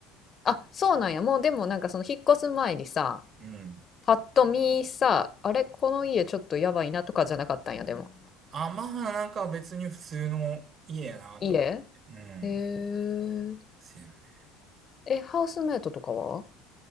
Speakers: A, on the left; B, on the right.
A: あ、そうなんや。もうでもなんかその引っ越す前にさ、
B: うん。
A: パッと見さ、あれ、この家ちょっとやばいなとかじゃなかったんや、でも。
B: あ、まあ、なんか別に普通の家やなと思って。
A: 家へ
B: うん。
A: え。
B: せやね。
A: え、ハウスメイトとかは